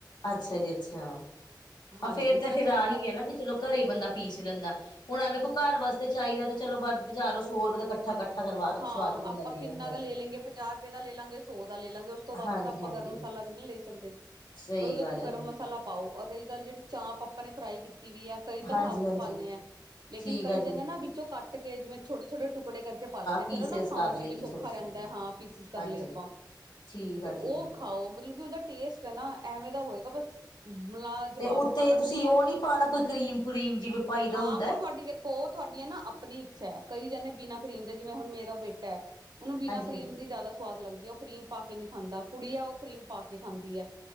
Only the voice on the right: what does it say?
ਹਾਂਜੀ
ਅਸੀਂ
ਤਾਂ ਆਪਣਾ
ਹਾਂ
ਆਪਾਂ ਕਿੰਨਾ
ਕ ਲੈ ਲੈਂਗੇ ਪੰਜਾਹ ਰੁਪਏ ਦਾ ਲੈ ਲਾਂਗੇ ਸੌ ਦਾ ਲੈ ਲਾਂਗੇ ਉਸ ਤੋਂ ਵੱਧ
ਤਾਂ ਆਪਾਂ ਗਰਮ ਮਸਾਲਾ ਨੀ ਲੈ ਸਕਦੇ ਤੇ
ਉਹਦੇ
ਤੋਂ
ਗਰਮ
ਮਸਾਲਾ ਪਾਓ ਔਰ ਰਹੀ ਗੱਲ ਜਿਹੜੀ ਚਾਪ ਆਪਾਂ ਨੇ ਫਰਾਈ ਕੀਤੀ ਵੀ ਐ ਕਈ ਤਾਂ
ਸਾਬੁਤ
ਪਾਉਂਣੇ ਐ ਲੇਕਿਨ
ਕਈ
ਜਣੇ
ਨਾ ਵਿੱਚੋਂ ਕੱਟ ਕੇ ਜਿਵੇਂ ਛੋਟੇ ਛੋਟੇ ਟੁਕੜੇ ਕਰ ਕੇ ਪਾ ਲੈਂਣੇ ਹਾਂ
ਫੇਰ ਉਹ ਨਾ ਖਾਣ
ਚ
ਵੀ ਸੌਖਾ
ਰਹਿੰਦਾ ਹਾਂ ਪੀਸਿਸ ਕਰ
ਲਏ ਆਪਾਂ
ਫਿਰ
ਉਹ
ਖਾਓ ਮਤਲਬ ਕਿ ਉਹਦਾ ਟੇਸਟ ਐ ਨਾ ਐਵੇਂ ਦਾ ਹੋਏਗਾ ਬਸ ਲਾ
ਜਵਾਬ
ਅਗਰ ਤੁਸੀਂ
ਹਾਂ
ਉਹ ਤੁਹਾਡੀ ਦੇ ਉਹ ਤੁਹਾਡੀ ਹੈ ਨਾ ਆਪਣੀ ਇੱਛਾ ਹੈ ਕਈ ਜਾਣੇ ਬਿਨਾਂ ਕਰੀਮ ਦੇ ਜਿਵੇਂ ਹੁਣ ਮੇਰਾ ਬੇਟਾ ਐ ਉਹਨੂੰ ਬਿਨਾਂ
ਕਰੀਮ
ਦੀ ਜ਼ਿਆਦਾ ਸਵਾਦ ਲੱਗਦੀ ਐ ਉਹ ਕਰੀਮ ਪਾ ਕੇ ਨਹੀਂ ਖਾਂਦਾ ਕੁੜੀ ਆ ਉਹ ਕਰੀਮ ਪਾ ਕੇ ਖਾਂਦੀ ਐ